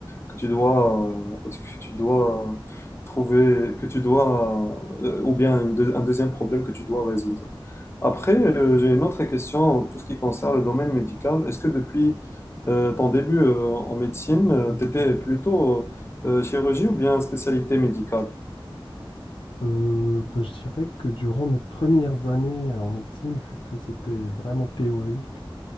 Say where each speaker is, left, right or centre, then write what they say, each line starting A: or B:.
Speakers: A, on the left; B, on the left.
A: que tu dois, euh, que tu dois trouver, que tu dois, euh, ou bien une deux- un deuxième problème que tu dois résoudre. Après, euh, j'ai une autre question en tout ce qui concerne le domaine médical. Est-ce que depuis euh, ton début euh, en médecine, tu étais plutôt euh, euh, chirurgie ou bien spécialité médicale?
B: Euh, bah, je dirais que durant mes premières années euh, en médecine, vu que c'était vraiment théorique,